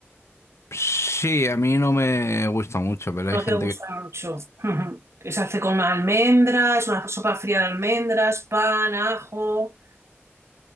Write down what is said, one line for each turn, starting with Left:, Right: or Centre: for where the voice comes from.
Left: Sí, a mí no me gusta mucho, pero hay
Right: No
Left: gente
Right: te gusta
Left: que...
Right: mucho. <laughs> Ujú. Que Se hace con almendras, es una sopa fría de almendras, pan, ajo,